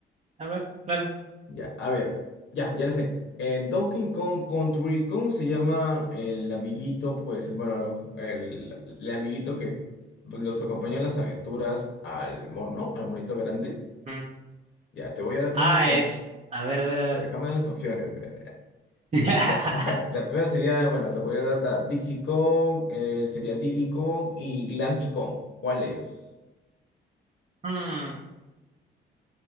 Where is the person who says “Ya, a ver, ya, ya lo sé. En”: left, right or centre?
Left